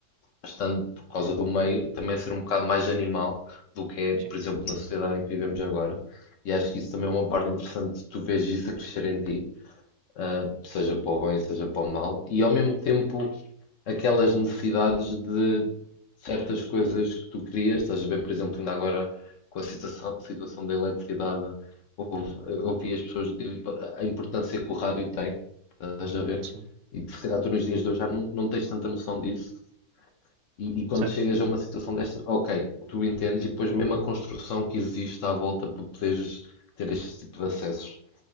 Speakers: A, on the left (about 60°); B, on the right (about 75°).
A: estando por causa do meio, também a ser um bocado mais animal do que é,
B: Sim,
A: por exemplo, na sociedade em que vivemos agora. E acho que isso também é uma parte interessante, tu vês isso a crescer em ti ah, seja para o bem, seja para o mal, e ao mesmo tempo aquelas necessidades de certas coisas que tu querias. Estás a ver, por exemplo, ainda agora com a situação, situação da eletricidade, houve- ouvi as pessoas dizer a importância que o rádio tem, estás a ver?
B: sim,
A: E que se calhar tu nos dias de hoje já não, não tens tanta noção disso. E, e quando
B: sim.
A: chegas a uma situação desta, ok, tu entendes, e depois mesmo a construção que existe à volta para poderes ter este tipo de acessos.